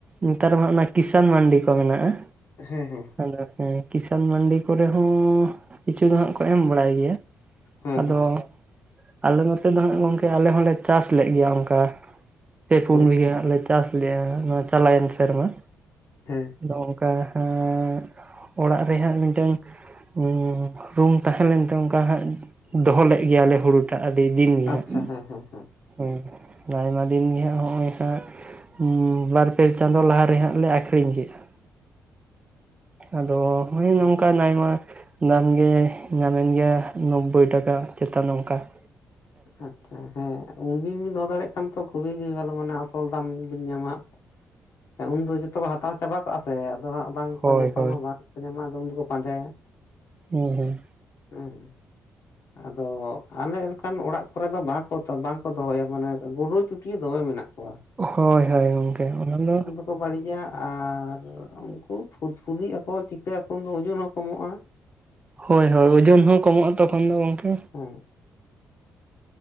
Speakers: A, on the right; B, on the left.
A: ᱱᱮᱛᱟᱨ ᱢᱟ ᱚᱱᱟ ᱠᱤᱥᱟᱱ ᱢᱟᱱᱰᱤ ᱠᱚ ᱢᱮᱱᱟᱜ-ᱟ᱾
B: ᱦᱮᱸ ᱦᱮᱸ᱾
A: ᱟᱫᱚ ᱦᱮᱸ ᱠᱤᱥᱟᱱ ᱢᱟᱱᱰᱤ ᱠᱚᱨᱮ ᱦᱚᱸᱻ ᱠᱤᱪᱷᱩ ᱫᱚ ᱦᱟᱸᱜ ᱠᱚ ᱮᱢ ᱵᱟᱲᱟᱭ ᱜᱮᱭᱟ ᱾
B: ᱦᱮᱸ
A: ᱟᱫᱚ
B: ᱦᱮᱸ
A: ᱟᱞᱮ ᱱᱚᱛᱮ ᱫᱚ ᱦᱟᱸᱜ ᱜᱚᱝ ᱥᱮ ᱟᱞᱮ ᱦᱚᱸᱞᱮ ᱪᱟᱥ ᱞᱮᱜ ᱜᱮᱭᱟ ᱚᱱᱠᱟ ᱯᱮ ᱯᱩᱱ
B: ᱦᱮᱸ
A: ᱵᱤᱜᱷᱟᱹ ᱟᱞᱮ ᱪᱟᱥ ᱞᱮ ᱱᱤᱭᱟ ᱪᱟᱞᱟᱣ ᱮᱱ ᱥᱮᱨᱢᱟ
B: ᱦᱮᱸ।
A: ᱟᱫᱚ ᱚᱝᱠᱟ ᱦᱮᱸᱻ ᱚᱲᱟᱜ ᱨᱮ ᱦᱟᱸᱜ ᱢᱤᱫᱴᱟᱝ ᱦᱩᱸ ᱨᱩᱢ ᱛᱟᱦᱮᱸᱞᱮᱱ ᱛᱮ ᱚᱝᱠᱟ ᱦᱟᱸᱜ ᱫᱚᱦᱚ ᱞᱮᱫ ᱜᱮᱭᱟᱞᱮ ᱦᱳᱲᱳ ᱾ ᱴᱟᱜ ᱟᱹᱰᱤ ᱫᱤᱱ ᱜᱮ
B: ᱟᱪᱪᱷᱟ
A: ᱦᱟᱸᱜ।
B: ᱦᱮᱸ ᱦᱮᱸ᱾
A: ᱦᱩᱸ, ᱟᱭᱢᱟ ᱫᱤᱱ ᱜᱮ ᱦᱟᱸᱜ ᱦᱚᱸᱜᱼᱚᱭ ᱦᱟᱸᱜ ᱩᱸ ᱵᱟᱨ ᱯᱮ ᱪᱟᱸᱫᱚ ᱞᱟᱦᱟ ᱨᱮ ᱦᱟᱸᱜ ᱞᱮ ᱟᱹᱠᱷᱨᱤᱧ ᱠᱮᱜᱼᱟ ᱾
B: <inaudible>
A: ᱟᱫᱚ ᱦᱩ ᱱᱚᱝᱠᱟᱱ ᱟᱭᱢᱟ ᱫᱟᱢ ᱜᱮ ᱧᱟᱢᱮᱱ ᱜᱮᱭᱟ ᱱᱳᱵᱽᱵᱳᱭ ᱴᱟᱠᱟ ᱪᱮᱛᱟᱱ ᱚᱱᱠᱟ ᱾
B: ᱟᱪᱪᱷᱟ ᱦᱮᱸ ᱩᱱᱫᱤᱱ ᱵᱤᱱ ᱫᱚᱦᱚ ᱫᱟᱲᱮᱭᱟᱜ ᱠᱷᱟᱱ ᱛᱚ ᱠᱷᱩᱵᱤ ᱜᱤ ᱵᱷᱟᱞᱤ ᱢᱟᱱᱮ ᱟᱥᱚᱞ ᱫᱟᱢ ᱵᱤᱱ ᱧᱟᱢᱟ ᱾ ᱦᱮᱸ ᱩᱱᱫᱚ ᱡᱚᱛᱚ ᱠᱚ ᱦᱟᱛᱟᱣ ᱪᱟᱵᱟ ᱠᱟᱜᱼᱟ ᱥᱮ ᱟᱫᱚ ᱦᱟᱸᱜ ᱵᱟᱝᱠᱚ
A: ᱦᱳᱭ
B: ᱧᱟᱯᱟᱢᱟ
A: ᱦᱳᱭ
B: ᱵᱟᱝᱠᱚ ᱧᱟᱢᱟ ᱟᱫᱚ ᱩᱱ ᱫᱚᱠᱚ ᱯᱟᱸᱡᱟᱭᱟ᱾
A: ᱦᱩᱸ ᱦᱩᱸ।
B: ᱦᱮᱸ, ᱟᱫᱚ ᱟᱞᱮ ᱚᱱᱠᱟᱱ ᱚᱲᱟᱜ ᱠᱚᱨᱮ ᱫᱚ ᱵᱟᱠᱚ ᱵᱟᱝᱠᱚ ᱫᱚᱦᱚᱭᱟ। ᱢᱟᱱᱮ ᱜᱩᱰᱩ ᱪᱩᱴᱭᱟᱹ ᱫᱚᱢᱮ ᱢᱮᱱᱟᱜ ᱠᱚᱣᱟ।
A: ᱦᱳᱭ ᱦᱳᱭ ᱜᱚᱝᱠᱮ ᱚᱱᱟ ᱫᱚ
B: ᱠᱚ ᱵᱟᱹᱲᱤᱡᱟ ᱟᱨ ᱩᱱᱠᱩ ᱯᱷᱩᱫᱽ ᱯᱷᱩᱫᱤᱜ ᱟᱠᱚ ᱪᱤᱠᱟᱹᱜ ᱟᱠᱚ ᱩᱱ ᱫᱚ ᱳᱡᱳᱱ ᱦᱚᱸ ᱠᱚᱢᱚᱜᱼᱟ᱾
A: ᱦᱳᱭ ᱦᱳᱭ ᱳᱡᱳᱱ ᱦᱚᱸ ᱠᱚᱢᱚᱜᱼᱟ ᱛᱚᱠᱷᱚᱱ ᱫᱚ ᱜᱚᱢᱠᱮ,
B: ᱦᱩᱸ।